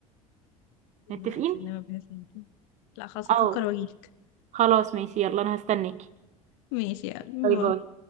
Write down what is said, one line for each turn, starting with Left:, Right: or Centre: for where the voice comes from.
Left: الوقت
Right: متفقين
Left: اللي ما بحس لا خلاص
Right: اه
Left: هفكر واجيلك
Right: خلاص ماشي يلا انا هستناكي
Left: ماشي يعني
Right: باي
Left: باي.
Right: باي